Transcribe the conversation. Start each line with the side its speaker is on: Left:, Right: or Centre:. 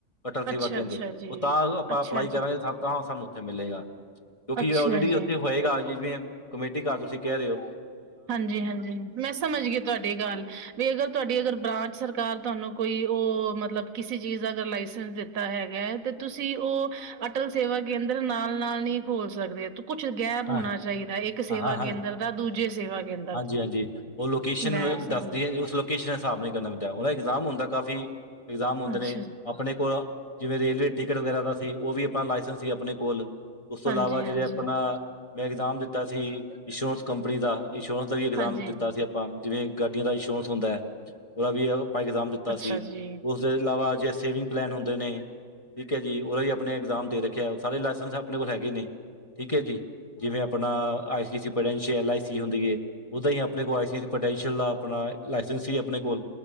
Left: ਅਟਲ ਸੇਵਾ
Right: ਅੱਛਾ-ਅੱਛਾ
Left: ਕੇਂਦਰ,
Right: ਜੀ,
Left: ਉਹ ਤਾਂ ਆਪਾਂ
Right: ਅੱਛਾ
Left: ਅਪਲਾਈ
Right: ਜੀ,
Left: ਕਰਾਂਗੇ, ਤਾਂ ਸਾਨੂੰ ਉੱਥੇ ਮਿਲੇਗਾ। ਕਿਉਂਕਿ,
Right: ਅੱਛਾ
Left: ਆਲਰੇਡੀ
Right: ਜੀ।
Left: ਉੱਥੇ ਹੋਏਗਾ, ਜਿਵੇਂ ਕਮੇਟੀ ਘਰ ਤੁਸੀਂ ਕਹਿ ਰਹੇ ਓ।
Right: ਹਾਂਜੀ-ਹਾਂਜੀ, ਮੈਂ ਸਮਝ ਗੀ ਤੁਹਾਡੀ ਗੱਲ। ਵੀ ਅਗਰ, ਤੁਹਾਡੀ ਅਗਰ ਬ੍ਰਾਂਚ ਸਰਕਾਰ ਤੁਹਾਨੂੰ, ਕੋਈ ਓ ਮਤਲਬ, ਕਿਸੇ ਚੀਜ਼ ਦਾ ਅਗਰ ਲਾਇਸੈਂਸ ਦਿੱ ਤਾ ਹੈਗਾ ਤੇ, ਤੁਸੀਂ ਓ ਅਟਲ ਸੇਵਾ ਕੇਂਦਰ ਨਾਲ-ਨਾਲ ਨੀ ਖੋਲ ਸਕਦੇ। ਤੇ ਕੁਛ ਗੈਪ
Left: ਹਾਂ
Right: ਹੋਣਾ ਚਾਹੀਦਾ, ਇੱਕ
Left: ਹਾਂ
Right: ਸੇਵਾ
Left: ਹਾਂ
Right: ਕੇਂਦਰ ਦਾ ਦੂਜੇ ਸੇਵਾ ਕੇਂਦਰ
Left: ਹਾਂਜੀ
Right: ਤੋਂ
Left: ਹਾਂਜੀ ਉਹ ਲੋਕੇਸ਼ਨ
Right: ਮੈਂ ਸਮਝ
Left: ਦੱਸਦੀ ਹੈ ਉਸ ਕਿਸੇ ਨੇ ਹਿਸਾਬ ਨਾਲ ਨਹੀਂ ਕਰਨਾ ਪਿਲਦਾ ਉਹ ਦਾ ਇਗਜ਼ਾਮੁੰਦਾ ਕਾਫੀ ਇਗਜ਼ਾਮ ਹੁੰਦੇ
Right: ਅੱਛਾ
Left: ਨੇ
Right: ਜੀ,
Left: ਆਪਣੇ ਕੋਲ ਜਿਵੇਂ ਰੇਲਵੇ ਟਿਕਟ ਵਗੈਰਾ ਦਾ ਸੀ ਉਹ ਵੀ ਆਪਣਾ ਲਾਇਸੈਂਸ ਸੀ ਆਪਣੇ ਕੋਲ ਉਸ ਤੋਂ
Right: ਹਾਂਜੀ-ਹਾਂਜੀ,
Left: ਇਲਾਵਾ ਜਿਹੜੇ ਆਪਣਾ ਮੈਂ ਇਗਜ਼ਾਮ ਦਿੱਤਾ ਸੀ ਇੰਸ਼ੋਰੈਂਸ ਕੰਪਨੀ ਦਾ ਇੰਸ਼ੋਰੈਂਸ ਦਾ ਵੀ ਇਗਜ਼ਾਮ
Right: ਹਾਂਜੀ
Left: ਦਿੱਤਾ
Right: ਹਾਂਜੀ,
Left: ਸੀ ਆਪਾਂ ਜਿਵੇਂ ਗੱਡੀਆਂ ਦਾ ਇੰਸ਼ੋਰੈਂਸ ਹੁੰਦਾ ਹੈ ਉਹਦਾ ਵੀ ਇਗਜ਼ਾਮ ਦਿੱਤਾ
Right: ਅੱਛਾ
Left: ਸੀ
Right: ਜੀ,
Left: ਉਸਦੇ ਇਲਾਵਾ ਜੇ ਸੇਵਿੰਗ ਪਲੈਨ ਹੁੰਦੇ ਨੇ ਠੀਕ ਹੈ ਜੀ ਉਹਦਾ ਵੀ ਆਪਣੇ ਇਗਜ਼ਾਮ ਦੇ ਰੱਖਿਆ ਉਹ ਸਾਰੇ ਲਾਇਸੈਂਸ ਆਪਣੇ ਕੋਲ ਹੈਗੇ ਨੇ ਠੀਕ ਹੈ ਜੀ ਜਿਵੇਂ ਆਪਣਾ ਆਈ ਸੀ ਸੀ ਐ ਆਈ ਸੀ ਹੁੰਦੀ ਹੈ ਉਦਾਂ ਹੀ ਆਪਣੇ ਕੋਲ ਆਈ ਪਟੈਂਸ਼ੀਅਲ ਦਾ ਆਪਣਾ ਲਾਇਸੈਂਸ ਸੀ ਆਪਣੇ ਕੋਲ